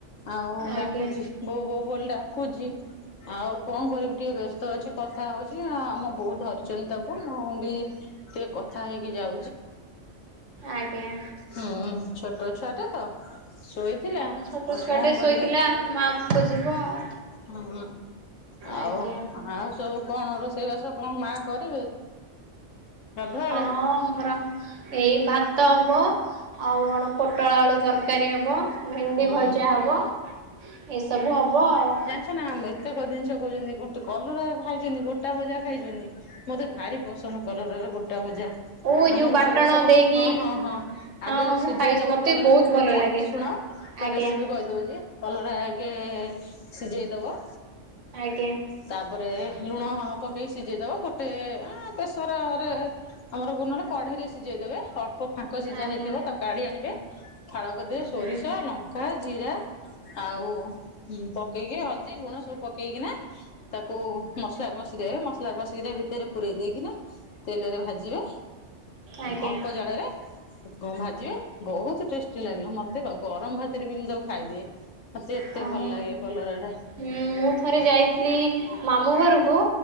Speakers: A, on the left (about 85°); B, on the right (about 70°).
A: ଆଉ
B: ଆଜ୍ଞା
A: ଡାକୁଛି। ବୋଉ ବୋଉ ବୋଲି ଡାକୁଛି। ଆଉ କଣ କରିବି ଟିକେ ବ୍ୟସ୍ତ ଅଛି କଥା ହଉଛି ଆମ ବୋଉ ଧରିଛନ୍ତି ତାକୁ ମୁଁ ବି ଟିକେ କଥା ହେଇକି ଯାଉ
B: ଆଜ୍ଞା।
A: ହୁଁ ଛୋଟ ଛୁଆଟା ତ ଶୋଇଥିଲା
B: ହଁ
A: ଆଉ
B: ଛୋଟ ଛୁଆଟେ
A: କଣ କରିବେ
B: ଶୋଇଥିଲା ମା
A: ହ।
B: କୁ ଖୋଜିବ ଆଉ। ଆଜ୍ଞା
A: ଆଉ ଆଉ ସବୁ କଣ ରୋଷେଇବାସ କଣ ମା କରିବେ? ଗାଧୁଆଳେ?
B: ହଁ ଆମର ଏଇ ଭାତ ହବ ଆଉ କଣ ପୋଟଳ ଆଳୁ ତରକାରୀ ହବ। ଭେଣ୍ଡି
A: ହୁଁ
B: ଭଜା ହବ ଏସବୁ ହବ ଆଉ
A: ସେ ନା ଆମ ଏତେକ ଜିନିଷ କହୁଛନ୍ତି ଗୋଟେ କଲରା ଖାଇଛନ୍ତି ଗୋଟା ଭଜା ଖାଇଛନ୍ତି। ମତେ ଭାରି ପସନ୍ଦ କଲରାର ଗୋଟା ଭଜା।
B: ଓ
A: ଆମର
B: ଯୋଉ ବାଟଣ
A: ସୋରିଷ
B: ଦେଇକି
A: ହଁ ହଁ ହଁ
B: ହଁ
A: ଆଗେ
B: ହଁ ମୁଁ
A: ସିଝେଇଦବ
B: ଖାଇଛି ମତେ
A: କଲରାକୁ
B: ବି ବହୁତ
A: ଗୋଟା
B: ଭଲ ଲାଗେ
A: ଶୁଣ। ତା
B: ଆଜ୍ଞା
A: ରେସିପି କହିଦଉଛି କଲଟା ଆଗେ ସିଝେଇ ଦବ।
B: ଆଜ୍ଞା।
A: ତାପରେ ଲୁଣ ପକେଇକି ସିଝେଇଦବ ଗୋଟେ ବେଶରରେ ଆମର ଗୁନରେ କଢେଇର ସିଝେଇ ଦେବେ। ଫାଙ୍କ ସିଝା
B: ଆଜ୍ଞା
A: ହେଇଥିବ ତାକୁ କାଢି ଆଣିବେ ଫାଳକରିଦେବେ
B: ଆଜ୍ଞା।
A: ସୋରିଷ ଲ କା ଜିରା ଆଉ ପକେଇକି ହଳଦୀ ଲୁଣ ସବୁ ପକେଇକି ନା ତାକୁ ମସଲା କଷିଦେବେ ମସଲା କଷିକି ତା ଭିତରେ ପୁରେଇ ଦେଇକିନା ତେଲରେ ଭାଜିବେ
B: ଆଜ୍ଞା
A: ଅଳ୍ପ ଜାଳରେ କଣ ଭାଜିବେ ବହୁତ ଟେଷ୍ଟି ଲାଗିଲ ମତେ ଆଉ ଗରମ ଭାତରେ ବି ମୁଁ ତାକୁ ଖାଇଦିଏ ମତେ। ଏତେ
B: ହଉ
A: ଭଲ ଲାଗେ କଲରା ଟା
B: ହଁ ମୁଁ ଥରେ ଯାଇଥିଲି ମାମୁଁ ଘରକୁ।